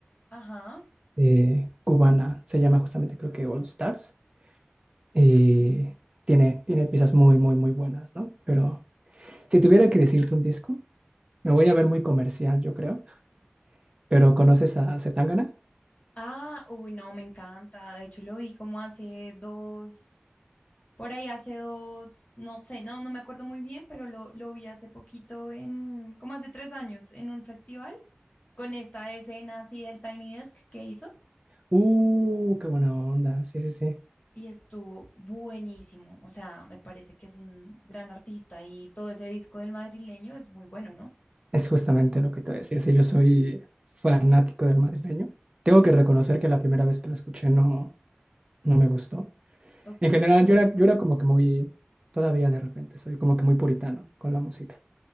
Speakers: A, on the left (about 35°); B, on the right (about 25°).
A: Ajá.
B: eh, cubana, se llama justamente creo que All Stars, y tiene, tiene piezas muy, muy, muy buenas, ¿no? Pero si tuviera que decirte un disco, me voy a ver muy comercial, yo creo, pero ¿conoces a Zetangana?
A: Ah, uy, no, me encanta. De hecho, lo vi como hace dos, por ahí hace dos, no sé, no, no me acuerdo muy bien, pero lo, lo vi hace poquito en, como hace tres años, en un festival, con esta escena así del Tiny Desk que hizo.
B: Uh, qué buena onda, sí, sí, sí.
A: Y estuvo buenísimo. O sea, me parece que es un gran artista y todo ese disco del madrileño es muy bueno, ¿no?
B: Es justamente lo que te voy a decir. Si yo soy fanático del madrileño, tengo que reconocer que la primera vez que lo escuché no, no me gustó.
A: Ok,
B: En general, yo era, yo era como que muy, todavía de repente, soy como que muy puritano con la música.